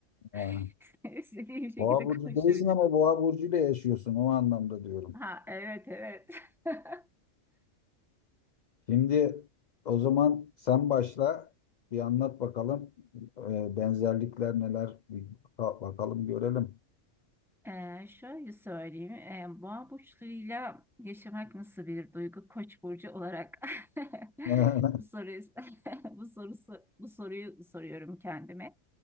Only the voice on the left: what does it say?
Ha.
Boğa burcu
değilsin ama boğa burcuyla yaşıyorsun o anlamda diyorum.
Şimdi o zaman sen başla bir anlat bakalım Ee, benzerlikler neler bir baka- bakalım görelim.
<laughs>